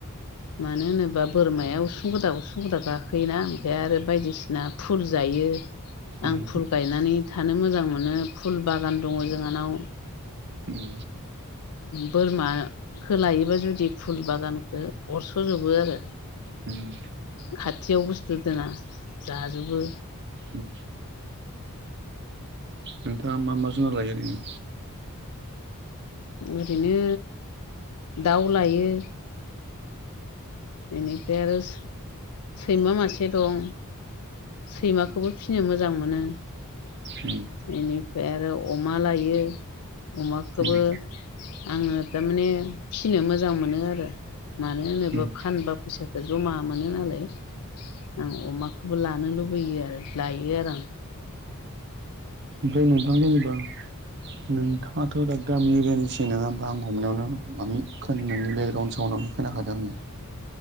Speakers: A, on the left; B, on the right.
A: मानो होनोब्ला बोरमाया उसुं गोदा उसुं गोदा गाखोयोना ओमफ्राय आरो बायदिसिना फुल जायो।
B: उम
A: आं फुल गायनानै थानो मोजां मोनो फुल बागान दङ जोंहानाव।
B: उम
A: बोरमाखो लायोबा जुदि फुल बागानखो अरस'जोबो आरो।
B: उम
A: खाथियाव बुस्थु दोना जाजोबो।
B: उम नोंथाङा मा मा जुनार लायो ओरैनो?
A: ओरैनो दाउ लायो। बेनिफ्राय आरो सैमा मासे दं सैमाखौबो फिसिनो मोजां मोनो
B: उम उम
A: बेनिफ्राय आरो अमा लायो अमाखौबो
B: उम
A: आङो तारमाने फिसिनो मोजां मोनो आरो मानो होनोबा
B: उम
A: फानबा फैसाखौ जमा मोनो नालाय आं अमाखौबो लानो लुबैयो आरो लायो आरो आं
B: ओमफ्राय नोंथां जेनेबा नोंथाङाथ' दा गामि एरियानिसो नङा होनोमबा आं हमनायावनो मा खोननि बेकग्राउन्ड सउनावनो खोनाखादों आङो